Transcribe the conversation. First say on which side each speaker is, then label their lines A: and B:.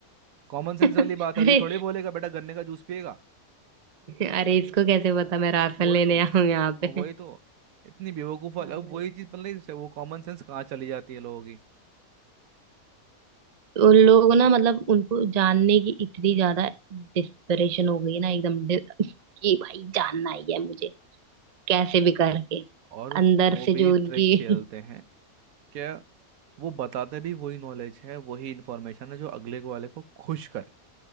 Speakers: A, on the right (about 70°); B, on the right (about 40°).
A: कॉमन
B: <laughs>
A: सेंस वाली बात
B: अरे
A: है ये थोड़ी बोलेगा बेटा गन्ने का जूस पिएगा
B: अरे इसको कैसे पता मैं राशन
A: वही
B: लेने
A: तो
B: आऊं यहाँ पे
A: वही तो इतनी बेवकूफ़ वाली-
B: हाँ
A: अब
B: भाई
A: वही चीज़ मतलब इससे वो कॉमन सेंस कहाँ चली जाती है लोगों की
B: उन लोग ना मतलब उनको जानने की इतनी ज्यादा डिस्परेशन हो गई ना एकदम डि- कि भाई जानना ही है मुझे कैसे भी करके
A: और
B: अंदर
A: वो
B: से
A: भी
B: जो
A: ट्रिक
B: उनकी
A: खेलते हैं क्या वो बताते भी वही नॉलेज है वही इंफॉर्मेशन है जो अगले को वाले को खुश करे